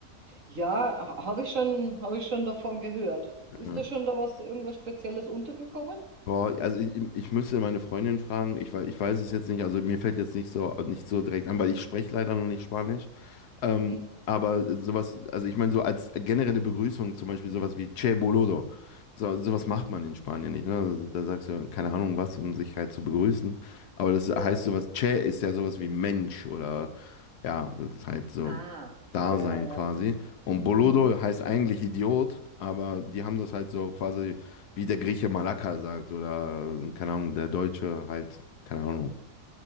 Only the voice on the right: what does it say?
Ja, habe ich schon, habe ich schon davon gehört.
Ist da schon da was, irgendwas Spezielles untergekommen?
Mhm.
Mhm.
Ja.
Ah,
ja, ja, ja.
Mhm.